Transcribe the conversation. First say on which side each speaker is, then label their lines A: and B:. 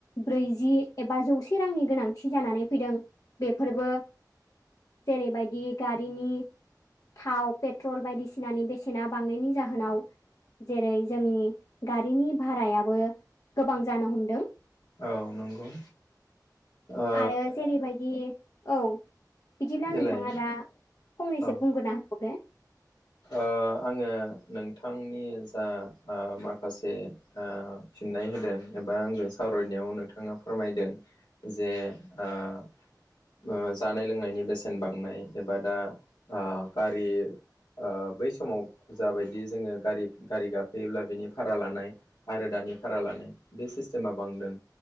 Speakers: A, on the left (about 50°); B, on the left (about 80°).
A: ब्रैजि एबा जौसे रांनि गोनांथि जानानै फैदों बेफोरबो जेरैबायदि गारिनि थाव पेट्रल बायदिसिनानि बेसेना बांनायनि जाहोनाव जेरै जोंनि गारिनि भारायाबो गोबां जानो हमदों।
B: औ नंगौ। ओ
A: आरो जेरैबायदि औ बिदिब्ला
B: देलाय
A: नोंथाङा दा फंनैसो
B: औ
A: बुंग्रोना होबावदो।
B: ओ आङो नोंथांनि जा ओ माखासे ओ फिननाय होदों एबा आंजों सावरायनायाव नोंथाङा फोरमायदों जे ओ ओ जानाय लोंनायनि बेसेन बांनाय एबा दा ओ गारि ओ बै समाव जाबायदि जोङो गारि गारि गाखोयोब्ला बिनि भारा लानाय आरो दानि भारा लानाय बे सिस्टेमा बांदों